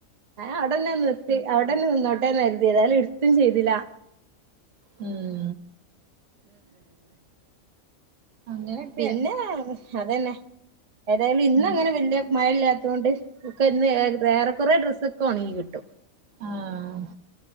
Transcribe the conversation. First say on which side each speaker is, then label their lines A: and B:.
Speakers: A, on the right (about 40°); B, on the right (about 70°).
A: ആഹ് അതെല്ലാം നിർത്തി അവിടെന്നെ നിന്നോട്ടെ കരുതി അതായാലും എടുത്തും ചെയ്തില്ലാ
B: ഉം
A: <unintelligible>
B: അങ്ങനെയൊക്കെ
A: പിന്നെ അത് തന്നെ ഏതായാലും ഇന്ന്
B: ഉം
A: അങ്ങനെ വല്യ മഴയില്ലാതൊണ്ട്- ഒക്കെ ഇന്ന് വേറെ കൊറെ ഡ്രസ്സ് ഒക്കെ ഒണങ്ങി കിട്ടും
B: ആഹ്